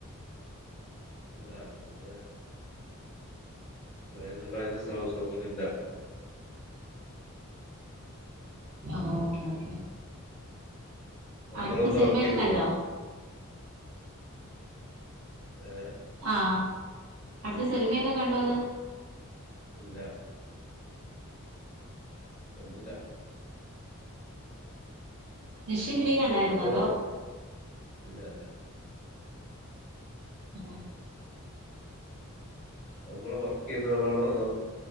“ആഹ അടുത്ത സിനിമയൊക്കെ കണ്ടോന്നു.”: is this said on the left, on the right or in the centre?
Right